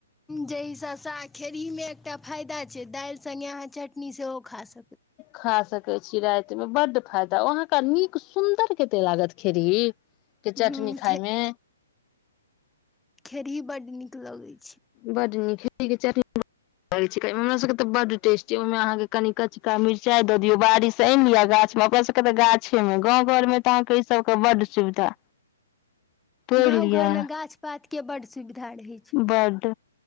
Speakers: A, in the centre; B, on the left.
A: जाहि हिसँ खेरहीमे एकटा फायदा छै दालि सङ्गे अहाँ चटनी सेहो खा सक
B: खा सकै छीिय रातिमे ब फायदा अहाँके नीक सुन्दर कते लागत खेड़ के चटनी
A: हूँ
B: खाायमे।
A: खेरी ह बड निकल गई
B: बडनी ख ीक चटनी लगै छ हमर सभके तऽ बड्ड टेस्टी ओहिमे अहाँकेँ कनि कचका मिरचाइ दऽ दियौ बारिश आनि लिअ गाछमे ओकरा सभके तऽ गाछेमे गाँव घरमे तऽ अहाँके इसभके बड्ड सुविधा। तोड़ि
A: गाँंव
B: लिअ
A: घरमे गाछ पाात के बढ़ि धढ़ है छै।
B: बड